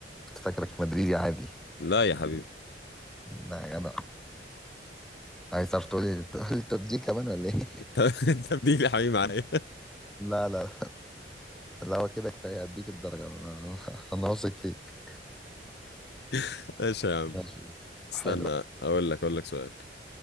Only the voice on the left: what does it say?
لا يا حبيبي
الت- <laughs> التبديل يا حبيبي معايا
<laughs> ماشي يا عم
استنى
اقول لك اقول لك سؤال